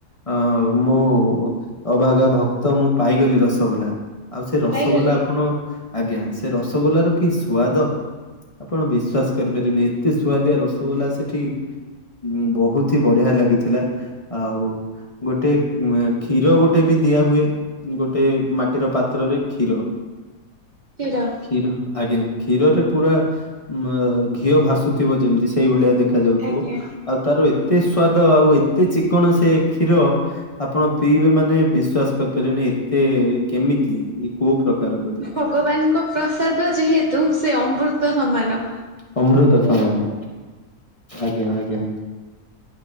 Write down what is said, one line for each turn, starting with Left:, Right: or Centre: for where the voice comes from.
Left: ଅ ମୁଁ ଅଭାଗା ଭକ୍ତ ମୁଁ ପାଇଗଲି ରସଗୋଲା ଆଉ ସେ ରସଗୋଲା
Right: ପାଇଗଲେ
Left: ଆପଣ ଆଜ୍ଞା ସେ ରସଗୋଲାର କି ସୁଆଦ ଆପଣ ବିଶ୍ଵାସ କରିପାରିବେନି ଏତେ ସୁଆଦିଆ ରସଗୋଲା ସେଠି ହୁଁ ବହୁତ ହି ବଢିଆ ଲାଗିଥିଲା। ଆଉ ଗୋଟେ ମ କ୍ଷୀର ଗୋଟେ ବି ଦିଆ ହୁଏ। ଗୋଟେ ମାଟିର ପାତ୍ରରେ କ୍ଷୀର
Right: କ୍ଷୀର
Left: କ୍ଷୀର ଆଜ୍ଞା କ୍ଷୀରରେ ପୁରା ମ ଘିଅ ଭାସୁଥିବ ଯେମତି ସେଇଭଳିଆ ଦେଖ ଖାଯାଉଥିବ
Right: ଆଜ୍ଞା
Left: ଆଉ ତାର ଏତେ ସ୍ଵାଦ ଆଉ ଏତେ ଚିକ୍କଣ ସେ କ୍ଷୀର ଆପଣ ପିଇବେ ମାନେ ବିଶ୍ବାସ କରିପାରିବେନି ଏତେ କେମିତି କଉ ପ୍ରକାର
Right: ଭଗବାନଙ୍କ ପ୍ରସାଦ ଯେହେତୁ ସେ ଅମବ୍ରୁତ ସମାନ।
Left: ଅମୃତ ସମାନ ଆଜ୍ଞା-ଆଜ୍ଞା।